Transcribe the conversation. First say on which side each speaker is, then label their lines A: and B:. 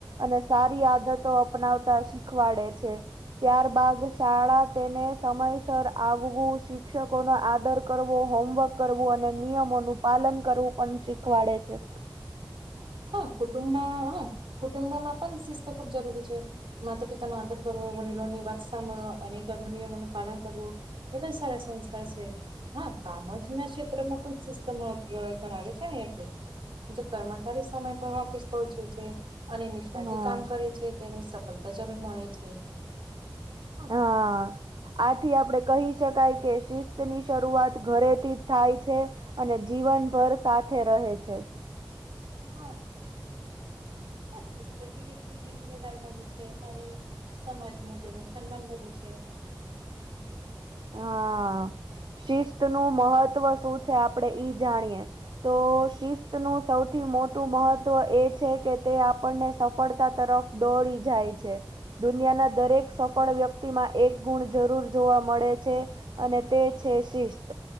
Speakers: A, on the right; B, on the right.
A: અને સારી આદતો અપનાવતા શી ખવાડે છે, ત્યાર બાદ શાળા તેને સમયસર આવવું શિક્ષકોનો આદર કરવો, હોમવર્ક કરવુ અને નિયમોનું પાલન કરવું પણ શીખવાડે છે.
B: હઅ, કુટુંબમાં હઅ કુટુંબમમાં પણ શિસ્ત ખૂબ જરૂરી છે. માતા-પિતાનો આદર કરવો, વડીલોની વાત સાંભળવા અને ઘરના નિયમોનું પાલન કરવું. એ પણ સારા સંસ્કાર છે. હઅ, કામજના ક્ષેત્રમાં પણ શિસ્ત મહત્વ ધરાવે છે ને એટલે જ. જે કરમાં જ <unintelligible> સમય પર ઓફિસ પહોંચે છે, અને નિષ્ઠાથી
A: હા
B: કામ કરે છે તેને સ પણ <unintelligible> મળે છે. અહ
A: હા આથી આપડે કહી શકાય કે શિસ્તની શરૂઆત ઘરેથી જ થાય છે અને જીવનભર સાથે રહે છે.
B: હઅ. ના શિસ્ત થી વ્યકતિ, જિમ્મેદાર બની છે, અને સમાજ નું તેનું સન્માન વધુ છે.
A: હા, શિસ્ત નું મહત્વ શું છે? આપડે ઈ જાણીએ. તો શિસ્તનું સૌથી મોટું મહત્ત્વ એ છે કે, તે આપણને સફળતા તરફ દોડી જાય છે. દુનિયાના દરેક સફળ વ્યક્તિમાં એક ગુણ જરૂર જોવા મળે છે. અને તે છે, શિસ્ત.